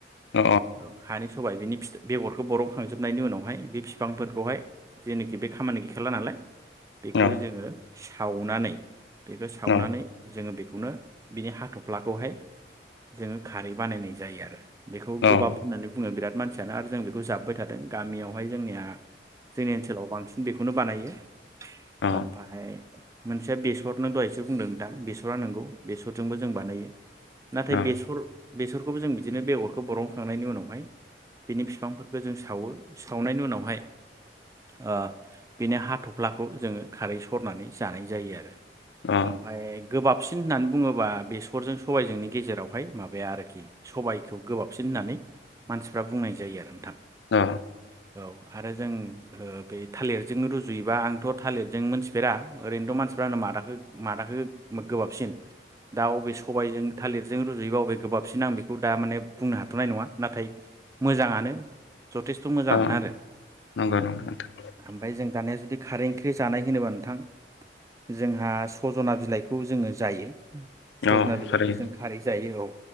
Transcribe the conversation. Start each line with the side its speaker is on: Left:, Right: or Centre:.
Left: अ
Right: औ हानि सबाय बिनि फि-बेगरखौ बर'खांजोबनायनि उनावहाय बे फि बिफांफोरखौहाय जेनोखि बे खामानि गैखाला नालाय बेखौ
Left: औ
Right: जोङो सावनानै बेखौ सावनानै
Left: अ
Right: जोङो बे खौनो बिनि हाथ'फ्लाखौहाय जोङो खारै बानायनाय जायो आरो। बेखौ
Left: अ
Right: गोबाब होन्नानै बुङो बिराद मानसियानो आरो जों बेखौ जाबोबाय थादों गामियावहाय जोंनिया जोंनि ओनसोलाव बांसिन बेखौनो बानायो।
Left: अ
Right: ओमफाय मोनसेया बेसरनो दहायसो बुंदों दां बेसरा नंगौ बेसरजोंबो जों बानायो नाथाय
Left: अ
Right: बेसर बेसरखौबो जों बिदिनो बेगरखौ बरनखांनायनि उनावहाय बिनि फिफांफोरखौ जों सावो सावनायनि उनावहाय ओ बेनि हाथ'फ्लाखौ जोङो खारै सरनानै जानाय जायो आरो।
Left: अ
Right: ओमफाय गोबाब सि सिन होननानै बुंङोब्ला बेसरजों सबाइजोंनि गेजेरावहाय माबाया आरोखि सबाइखौ गोबाबसिन होननानै मानसिफ्रा बुंनाय जायो आरो नोंथां।
Left: ओ
Right: औ। आरो जों ओ बे थालिरजों रुजुयोबा आंथ' थालिरजों मोनथिफेरा ओरैनोथ' मानसिफानो मादाखो मादाखो गोबाबसिन। दा अबे सबाइजों थालिर जों रुजुयोबा अबे गोबाबसिन आं बेखौ दा माने बुंनो हाथ'नाय नङा नाथाय मोजाङानो जथेस्थ' मोजाङानो
Left: अ
Right: आरो।
Left: नंगौ
Right: उम
Left: नंगौ नोंथां
Right: ओमफाय जों दानिया जुदि खारै ओंख्रि जानाय होनोब्ला नोंथां जोंहा सज'ना बिलाइखौ जोङो जायो सजना
Left: औ
Right: बिलाइखौ
Left: थारैनो
Right: जों खारै जायो औ।